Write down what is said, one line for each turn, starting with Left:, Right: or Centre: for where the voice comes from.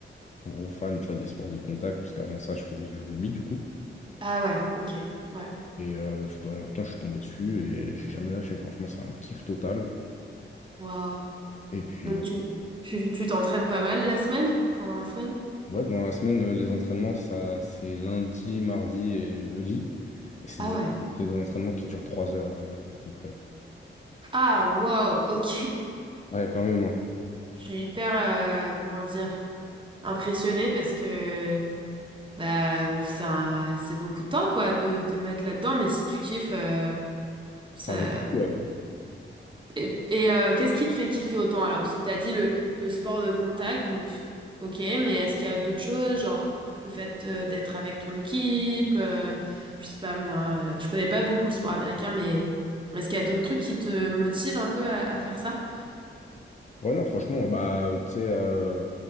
Left: gros fan, tu vois, des sports de contact, parce qu'avant ça, je faisais du rugby, du coup.
Right: Ah ouais, ok, ouais.
Left: Et euh, le football américain, je suis tombé dessus et j'ai jamais lâché. Franchement, c'est un kiff total.
Right: Waouh.
Left: Et puis,
Right: Donc
Left: euh,
Right: tu tu tu t'entraînes pas mal la semaine, pendant la semaine?
Left: ouais, bon, la semaine, euh, les entraînements, ça, c'est lundi, mardi et jeudi. Et c'est
Right: Ah
Left: des,
Right: ouais.
Left: c'est des entraînements qui durent trois heures, euh, à peu près.
Right: Ah, waouh, ok.
Left: Ouais, quand même, hein.
Right: Je suis hyper, euh, comment dire, impressionnée parce que bah, ouf, c'est un- c'est beaucoup de temps quoi de, de mettre là-dedans, mais si tu kiffes, euh, ça,
Left: Ça vaut le coup, ouais.
Right: Et, et, euh, qu'est-ce qui te fait kiffer autant alors? Parce que t'as dit le, le sport de contact, donc ok, mais est-ce qu'il y a d'autres choses, genre le fait euh, d'être avec ton équipe, euh, je sais pas moi, euh, je connais pas beaucoup le sport américain, mais est-ce qu'il y a d'autres trucs qui te motivent un peu à, à faire ça?
Left: Ouais, non, franchement, bah, tu sais, euh,